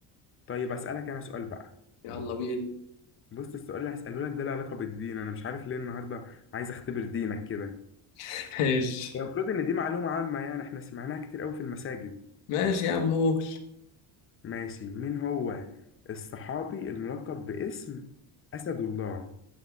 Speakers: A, on the left; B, on the left.
A: طيب اسالك انا سؤال بقى
B: يلا بينا
A: بص السؤال اللي هساله لك ده له علاقه بالدين انا مش عارف ليه النهارده عايز اختبر دينك كده
B: <laughs> ماشي
A: هي المفروض ان دي معلومه عامه يعني احنا سمعناها كتير قوي في المساجد
B: ماشي يا عم قول
A: ماشي مين هو الصحابي الملقب باسم اسد الله